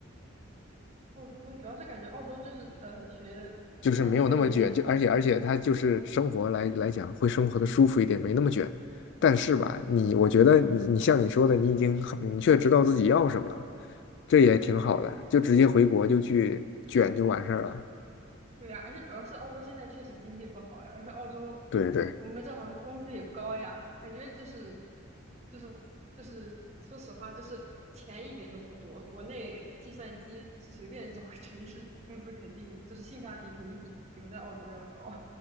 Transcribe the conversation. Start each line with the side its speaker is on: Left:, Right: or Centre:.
Right: 澳洲主要是感觉澳洲就是呃学计算机的人也
Left: 就是没有那么卷，就而且而且他就是生活来来讲，会生活的舒服一点，没那么卷。但是吧，你我觉得你你像你说的，你已经很明确知道自己要什么了，这也挺好的，就直接回国就去卷就完事儿了。
Right: 对呀，而且主要是澳洲现在确实经济不好呀，而且澳洲
Left: 对对。
Right: 我们这行工资也不高呀，感觉就是就是就是说实话就是钱一点都不多，国内计算机随便找个城市工资肯定就是性价比肯定比留在澳洲要高，